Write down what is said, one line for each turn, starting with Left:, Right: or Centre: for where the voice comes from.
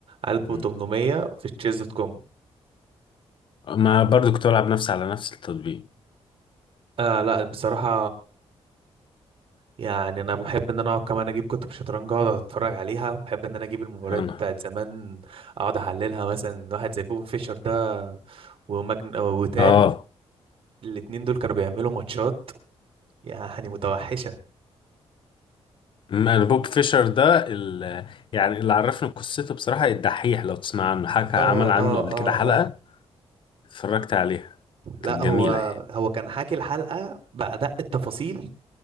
Right: 1800
Left: مم.
Right: في تشيز دوت كوم
Left: ما برضو كنت بلعب نفسي على نفس التطبيق
Right: آه لا بصراحة يعني أنا بحب إن أنا أقعد كمان أجيب كتب شطرنج أقعد أتفرج عليها بحب إن أنا أجيب المباريات
Left: انا
Right: بتاعت زمان أقعد أحللها مثلا واحد زي بوب فيشر ده ومجن وتال
Left: اه
Right: الاتنين دول كانوا بيعملوا ماتشات يعني متوحشة
Left: أما انا بوب فيشر ده ال... يعني اللي عرفني قصته بصراحة الدحيح لو تسمع عنه حكى
Right: اه
Left: عمل عنه
Right: اه
Left: قبل كده
Right: اه
Left: حلقة
Right: اه
Left: اتفرجت عليها
Right: لا
Left: كانت
Right: هو
Left: جميلة يعني
Right: هو كان حاكي الحلقة بأدق التفاصيل